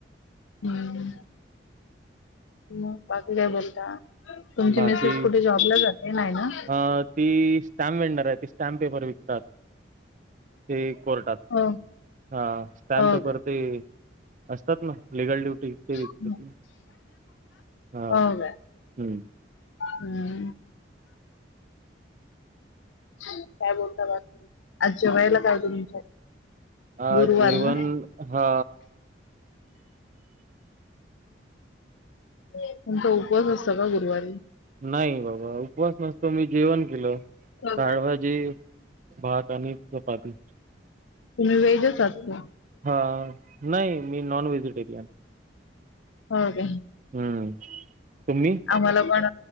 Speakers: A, on the left; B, on the right.
A: हम्म हम्म मग बाकी काय बोलता तुमची
B: बाकी
A: मिसेस कुठे जॉबला जाते नाय ना.
B: अ ती स्टॅम्प वेंडर आहे ती स्टॅम्प पेपर विकतात ते कोर्टात
A: हो
B: हा स्टँप
A: हो
B: पेपर
A: काय
B: ते असतात ना लिगल ड्युटी ते विकते
A: हम्म.
B: ती हा
A: हो काय
B: हूं
A: हम्म. काय बोलता बाकी आज जेवायला काय होत तुमच्यात
B: अ
A: गुरुवार
B: जेवण
A: ना
B: हा
A: तुमचा उपवास असतो का गुरुवारी?
B: नाही बाबा उपवास नसतो मी जेवण केलं
A: हो
B: डाळभात
A: काय?
B: ते भात आणि चपाती
A: तुम्ही वेज च आहात का?
B: हां नाही मी नॉन व्हेजिटेरियन.
A: हो काय.
B: हूं तुम्ही
A: आम्हाला पण